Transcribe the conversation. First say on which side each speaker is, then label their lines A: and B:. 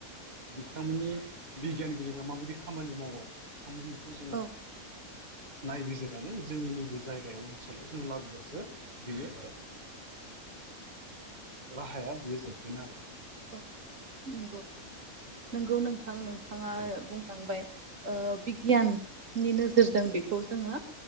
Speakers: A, on the right (about 30°); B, on the right (about 60°).
A: बिथांमोननि बिगियानगिरिफ्रा माबायदि खामानि मावो खामानिखौ जोङो
B: औ
A: नायबिजिरनानै जोंनि नैबे जायगायाव ओनसोलाव जों लाबोबासो बियो राहाया बियो जोबगोन आरो
B: औ नंगौ नंगौ नोंथां नोंथाङा
A: औ
B: बुंखांबाय बिगियाननि नोजोरजों बेखौ जोङो